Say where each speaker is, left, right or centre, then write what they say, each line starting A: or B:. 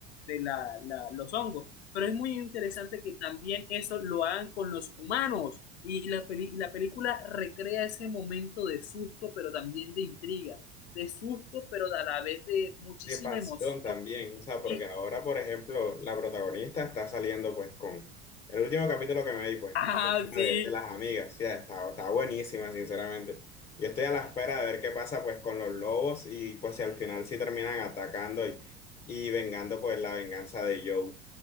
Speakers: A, on the left (about 65°); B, on the left (about 20°).
A: de la, la- los hongos. Pero es muy interesante que también eso lo hagan con los humanos y la, peli- la película recrea ese momento de susto, pero también de intriga, de susto, pero a la vez de muchísima
B: De pasión
A: emoción.
B: también, o sea, porque
A: Sí.
B: ahora, por ejemplo, la protagonista está saliendo pues con el último capítulo que me vi, pues,
A: Ah,
B: una
A: sí.
B: de, de las amigas, ya está, está buenísima, sinceramente. Yo estoy a la espera de ver qué pasa pues con los lobos y pues si al final sí terminan atacando y, y vengando pues la venganza de Joe.